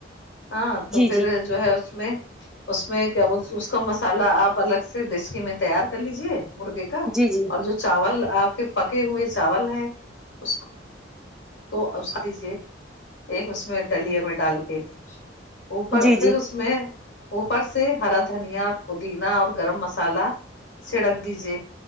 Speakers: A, on the left (about 75°); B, in the centre.
A: ہاں تو
B: جی جی
A: پھر جو ہے اس میں اس میں کیا اس کا مسالہ آپ الگ سے صر دسک میں تیار کر لیجیے مرغے کا
B: جی جی جی جی جی
A: اور جو چاول آپ کے پکے ہوئے چاول ہیں اس کو تو اس کو دیجیے ایک اس میں ڈلیا میں ڈال کے اوپر
B: جی جی جی
A: پھر اس میں اوپر سے ہرا دھنیا پودینا اور گرم مسالہ سال سڑک دیجیے